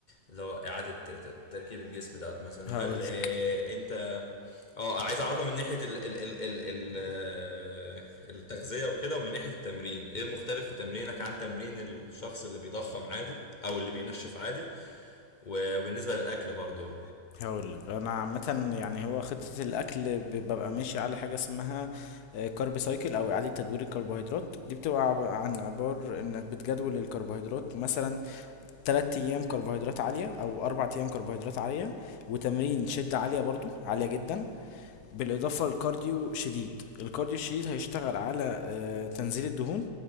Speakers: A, on the left; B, on the left.
A: اللي هو اعاده ت- ت- تركيب الجسم دوت مثلا
B: هقولك
A: هل آه، انت اه عايز اعرفها من ناحيه ال ال ال ال ال آه، التغذيه وكده ومن ناحيه التمرين ايه المختلف في تمرينك عن تمرين الشخص اللي بيضخم عادي او اللي بينشف عادي و- وبالنسبه للاكل برضو
B: هقول لك انا عامه يعني هو خطه الاكل ب- ببقى ماشي على حاجه اسمها كارب سايكل او اعاده تدوير الكربوهيدرات دي بتبقى عب- عن عبار انك بتجدول الكربوهيدرات مثلا 3 ايام كربوهيدرات عاليه او 4 ايام كربوهيدرات عاليه وتمرين شده عاليه برضو عاليه جدا بالاضافه لكارديو شديد الكارديو الشديد هيشتغل على آه، تنزيل الدهون